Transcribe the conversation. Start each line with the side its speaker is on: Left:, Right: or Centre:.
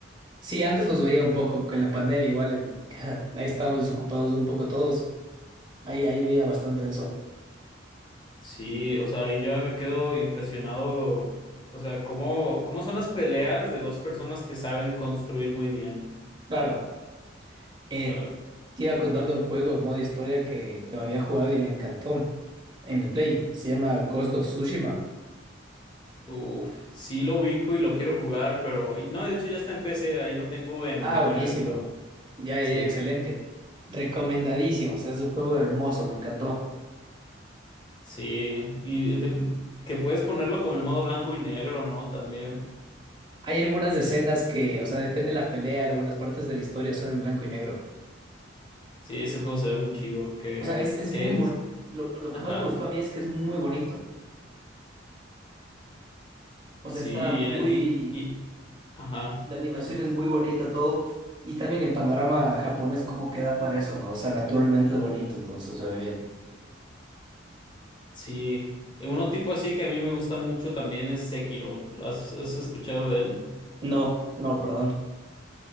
Right: Sí, antes los veía un poco, que en la pandemia igual, en, que <laughs> ahí estábamos desocupados un poco todos, ahí, ahí veía bastante de eso.
Left: Sí, o sea, y yo me quedo impresionado, o sea, cómo, cómo son las peleas de dos personas que saben construir muy bien.
Right: Claro, eh,
Left: O sea.
Right: te iba a contar de un juego, modo historia que, que me había jugado y me encantó en el Play, se llama Ghost of Tsushima.
Left: Uf, sí lo ubico y lo quiero jugar, pero y no, de hecho ya está en PC, ahí lo tengo en
Right: Ah,
Left: mi
Right: buenísimo.
Left: carrito.
Right: Ya,
Left: Sí,
Right: ya, ya, excelente. Recomendadísimo. O sea, es un juego hermoso, me encantó.
Left: sí, y eh, que puedes ponerlo como en modo blanco y negro, ¿no? También.
Right: Hay algunas escenas que, o sea, depende de la pelea, algunas partes de la historia son en blanco y negro.
Left: Sí, ese juego se ve muy chido, que,
Right: O sea, es, es
Left: que
Right: muy
Left: hay-
Right: bueno. Lo, lo
Left: ajá,
Right: que más me gustó a mí es que es muy bonito. O sea,
Left: sí,
Right: está muy...
Left: y, en el- y, y- ajá,
Right: La animación es muy bonita, todo. Y también el panorama japonés como queda para eso, ¿no? O sea, naturalmente es bonito, entonces se ve bien.
Left: sí. Eh, Uno tipo así que a mí me gusta mucho también es Sekiro. ¿Lo ¿Has, has escuchado de él?
Right: No, no, perdón.